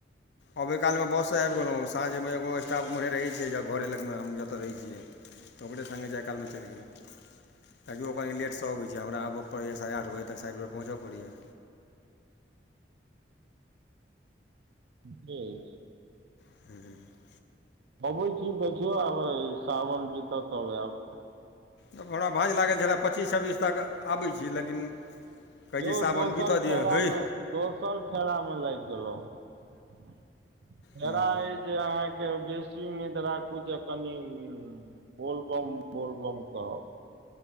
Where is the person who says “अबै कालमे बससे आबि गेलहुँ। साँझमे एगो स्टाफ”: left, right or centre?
Left